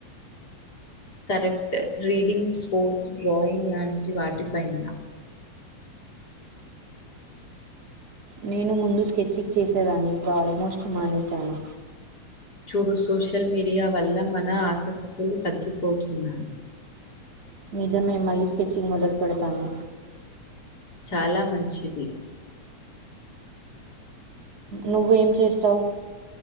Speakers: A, on the left (about 30°); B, on the right (about 55°).
A: కరెక్ట్ రీడింగ్ స్పోర్ట్స్ డ్రాయింగ్ లాంటి వాటిపైనా
B: నేను ముందు స్కెచింగ్ చేసేదాన్ని ఇప్పుడు ఆల్మోస్ట్ మానేశాను
A: ఇప్పుడు సోషల్ మీడియా వల్ల మన ఆసక్తులు తగ్గిపోతున్నాయి
B: నిజమే మళ్ళీ స్కెచింగ్ మొదలు పెడతాను
A: చాలా మంచిది
B: నువ్వేం చేస్తావ్